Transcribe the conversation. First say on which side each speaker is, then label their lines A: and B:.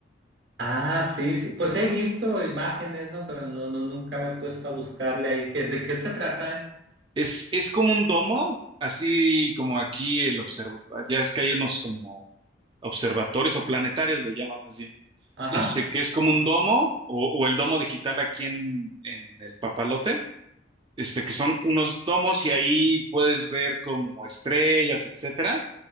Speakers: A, on the right; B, on the right.
A: Ah, sí, sí. Pues he visto imágenes, ¿no? Pero no, no, nunca me he puesto a buscarle ahí que, de qué se trata, eh?
B: Es, es como un domo, así como aquí el observa, ya es que hay unos como observatorios o planetarios, le llaman más bien,
A: Ajá.
B: este, que es como un domo o, o el domo digital aquí en, en el Papalote, este, que son unos domos y ahí puedes ver como estrellas, etcétera,